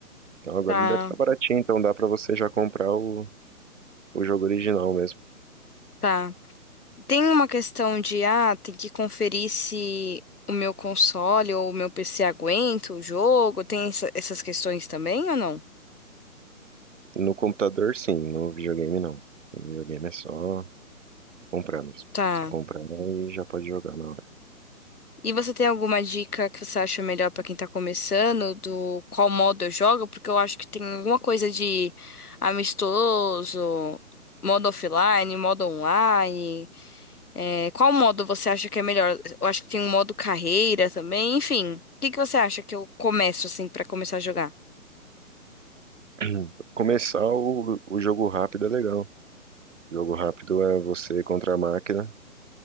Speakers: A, on the right; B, on the left.
A: Então agora
B: tá,
A: ele deve estar baratinho, então dá pra você já comprar o, o jogo original mesmo.
B: tá. Tem uma questão de, ah, tem que conferir se o meu console ou o meu PC aguenta o jogo? Tem essa- essas questões também ou não?
A: No computador, sim, no videogame não. No videogame é só comprar mesmo.
B: Tá.
A: Só comprar e já pode jogar na hora.
B: E você tem alguma dica que você acha melhor pra quem tá começando, do qual modo eu jogo? Porque eu acho que tem alguma coisa de amistoso, modo offline, modo online. É, qual modo você acha que é melhor? Eu acho que tem um modo carreira também, enfim. O que que você acha que eu começo assim pra começar a jogar?
A: <clears throat> Começar o, o jogo rápido é legal. Jogo rápido é você contra a máquina.